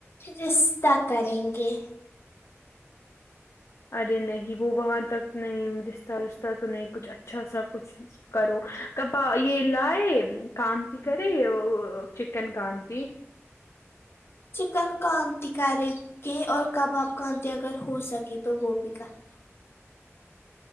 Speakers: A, on the left; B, on the left.
A: رستہ کریں گے
B: ارے نہیں وہ وہاں تک نہیں رشتہ وشتہ تو نہیں کچھ اچھا سا کچھ کرو کبا یے لائے کام تی کرے وہ او چکن کانتی
A: چکن کانتی کرے گے اور کباب کانتی اگر ہو سکی تو وہ بھی کرے